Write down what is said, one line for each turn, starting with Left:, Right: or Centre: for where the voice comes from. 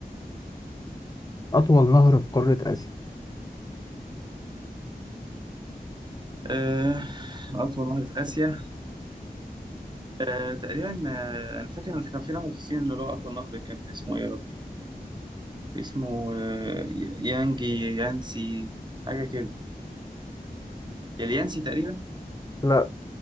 Left: اطول نهر في قارة اسيا
Right: آه، أطول نهر في آسيا آه، تقريبا آه، أنا فاكر إن كان في نهر في الصين اللي هو أطول نهر كان اسمه إيه يا ربي؟ اسمه آه، يانجي يانسي حاجة كده اليانسي تقريبا
Left: لا